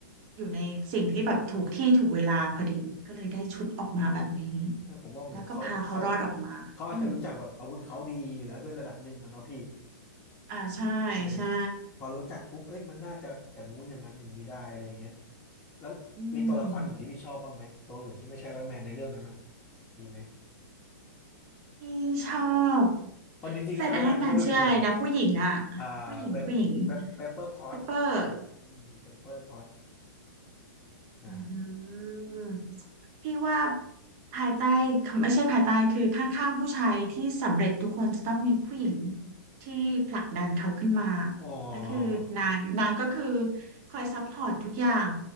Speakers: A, on the right; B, on the left.
A: อยู่ในสิ่งที่แบบถูกที่ถูกเวลาพอดีก็เลยได้ชุดออกมาแบบนี้
B: แต่ผมว่าเหมือนเขาเขา
A: แล้วก็พาเขารอดออกมา
B: เขาอาจจะรู้จักแบบอาวุธเขาดีอยู่แล้วด้วยระดับหนึ่งอะเนาะพี่
A: อืม อ่าใช่ใช่
B: ใช่ไหมพอรู้จักปุ๊บเอ้ยมันน่าจะอย่างงู้นอย่างนั้นอย่างนี้ได้อะไรเงี้ยแล้วมีตัวละครอื่นที่พี่ชอบบ้างไหมตัวอื่นที่ไม่ใช่ไอรอนแมนในเรื่องนั้นอ่ะ
A: อืม
B: มีไหม
A: พี่ชอบ
B: เพราะจริงๆไอรอนแมนมันก็ดูเด่นๆนะ
A: แฟนไอรอนแมนชื่ออะไรนะผู้หญิงอ่ะ
B: อ่าเปปเปปเปปเปอร์พอต
A: ผู้หญิงผู้หญิงเปเปอร์
B: อืมเปปเปอร์พอตใช่
A: อืมพี่ว่าภายใต้ไม่ใช่ภายใต้คือข้างๆผู้ชายที่สำเร็จทุกคนจะต้องมีผู้หญิงที่ผลักดันเขาขึ้นมา
B: อ๋อ
A: และคือนางนางก็คือคอยซัพพอร์ตทุกอย่าง